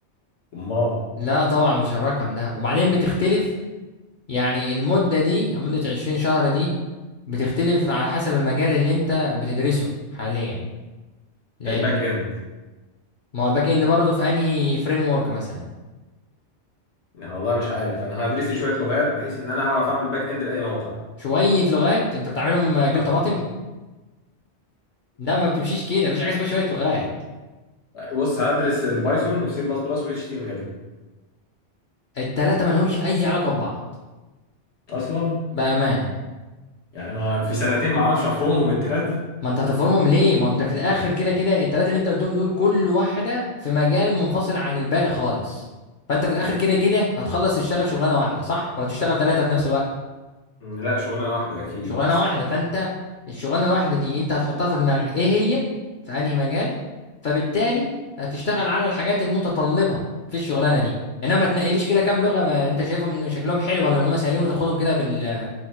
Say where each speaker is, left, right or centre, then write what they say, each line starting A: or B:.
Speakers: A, on the left; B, on the left.
A: أمال
B: لا طبعا مش الرقم ده وبعدين بتختلف يعني المده دي مده 20 شهر دي بتختلف على حسب المجال اللي انت بتدرسه حاليا لان
A: الباك إند
B: ما هو الباك اند برضه في انهي فريم ورك مثلا
A: يعني والله مش عارف أنا هدرس لي شوية لغات بحيث إن أنا أعرف أعمل باك إند لأي موقع
B: شويه لغات انت بتعملهم كيلو
A: أه.
B: طماطم لا ما بتمشيش كده مفيش حاجه اسمها شويه لغات
A: بص هدرس البايثون والسي بلس بلس والاتش تي ام ال
B: التلاته مالهمش اي علاقه ببعض
A: أصلا
B: بامانه
A: يعني ما في سنتين ما أعرفش أفرمهم التلاتة
B: ما انت هتفرمهم ليه ما انت في الاخر كده كده التلاته اللي انت قلتهم دول كل واحده في مجال منفصل عن الباقي خالص فانت في الاخر كده كده هتخلص تشتغل شغلانه واحده صح ولا تشتغل ثلاثه في نفس الوقت
A: م، لا شغلانة واحدة أكيد
B: شغلانه واحده فانت الشغلانه الواحده دي انت هتحطها في دماغك ايه هي في انهي مجال فبالتالي هتشتغل على الحاجات المتطلبه في الشغلانه دي انما ما تنقليش كده كام لغه ما انت شايفهم ان شكلهم حلو ولا ان هم سهلين وتاخدهم كده بال...